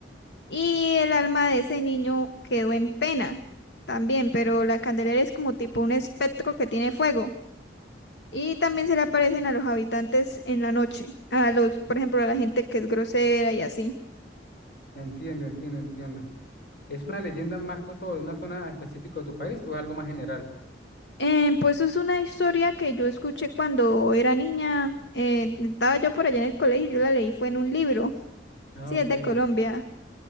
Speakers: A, on the left (about 75°); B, on the left (about 60°).
A: Y el alma de ese niño quedó en pena también, pero la candelera es como tipo un espectro que tiene fuego. Y también se le aparecen a los habitantes en la noche, a los, por ejemplo, a la gente que es grosera y así.
B: Entiendo, entiendo, entiendo. ¿Es una leyenda más que todo de una zona específica de tu país o es algo más general?
A: Eh, pues es una historia que yo escuché cuando era niña. eh, estaba yo por allá en el colegio, yo la leí, fue en un libro.
B: Ah,
A: Sí,
B: ok.
A: es de Colombia.